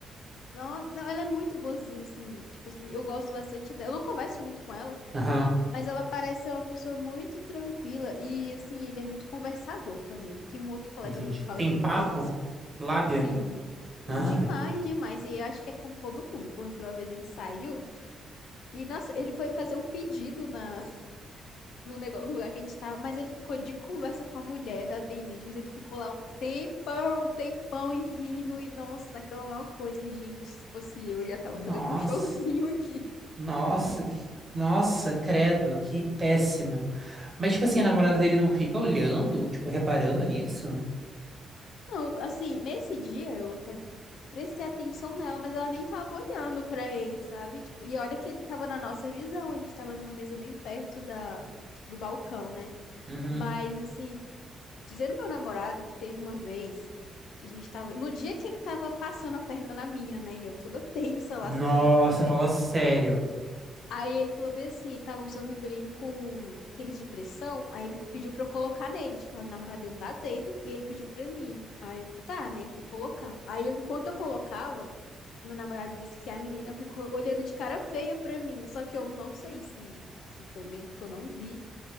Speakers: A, on the left; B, on the right.
A: Não, não, ela é muito boazinha, assim, tipo assim, eu gosto bastante dela, eu não converso muito com ela,
B: Aham,
A: mas ela parece ser uma pessoa muito tranquila e, assim, ele é muito conversador também. Tem um outro colega
B: entendi.
A: meu que fala
B: Tem
A: que
B: papo?
A: ele tem
B: Lábia?
A: Sim,
B: Ai,
A: demais, demais. E eu acho que é com todo mundo, porque uma vez a gente saiu e nossa, ele foi fazer um pedido na, no, negócio, no lugar que a gente tava, mas ele ficou de conversa com a mulher da atendente, mas ele ficou lá um tempão, um tempão e rindo, e nossa, naquela maior coisa, gente, se fosse eu, eu já tava
B: nossa,
A: fazendo um <laughs> showzinho aqui.
B: nossa, que- nossa, credo, que péssimo. Mas, tipo assim, a namorada dele não fica olhando, tipo, reparando nisso?
A: Não, assim, nesse dia eu até prestei atenção nela, mas ela nem tava olhando pra ele, sabe? Tipo, e olha que ele tava na nossa visão, a gente tava numa mesa bem perto da, do balcão, né?
B: Uhum.
A: Mas, assim, dizendo meu namorado que teve uma vez que a gente tava. No dia que ele tava passando a perna na minha, né? E eu toda tensa lá,
B: Nossa,
A: sem saber o que fazer.
B: fala sério.
A: Aí ele falou bem assim, ele tava usando um brinco, aqueles de pressão, aí ele pediu pra eu colocar nele, tipo, a namorada dele lá dele, e ele pediu pra mim. Aí eu, tá, né, vou colocar. Aí eu- enquanto eu colocava, meu namorado disse que a menina ficou olhando de cara feia pra mim, só que eu não sei se, se foi mesmo, porque eu não vi,